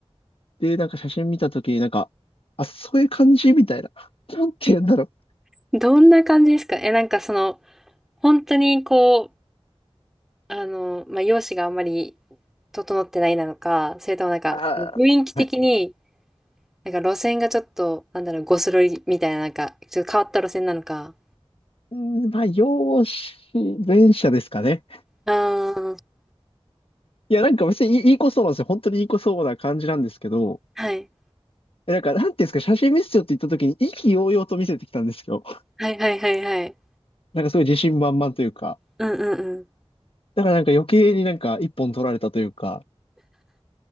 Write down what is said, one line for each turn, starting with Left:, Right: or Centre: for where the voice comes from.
Left: で、なんか写真見たときになんか、あ、そういう感じみたいな。なんて言うんだろう。
Centre: どんな感じですかえ、なんかその、本当にこう、あの、まあ、容姿があんまり整ってないなのか、それともなんか、
Left: あー、
Centre: 雰囲気的に、
Left: はい。
Centre: なんか路線がちょっと、なんだろう、ゴスロリみたいな、なんか、ちょっと変わった路線なのか。
Left: うーん、まあ、容姿、前者ですかね。
Centre: ああ、
Left: いや、なんか別にいい、いい子そうなんですよ。本当にいい子そうな感じなんですけど、
Centre: はい。
Left: えなんか、なんていうんですか、写真見せてよって言ったときに意気揚々と見せてきたんですよ。
Centre: はいはいはいはい。
Left: なんかそういう自信満々というか。
Centre: うんうんう
Left: だからなんか余計になんか一本取られたというか、